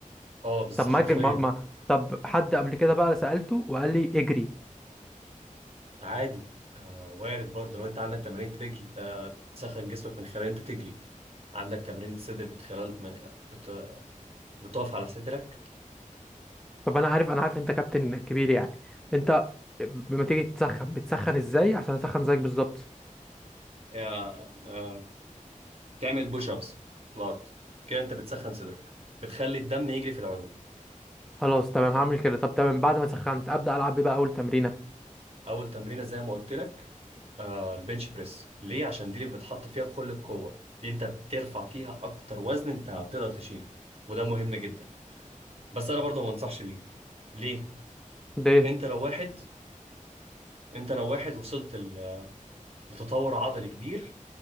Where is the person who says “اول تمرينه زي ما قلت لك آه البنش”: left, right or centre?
Right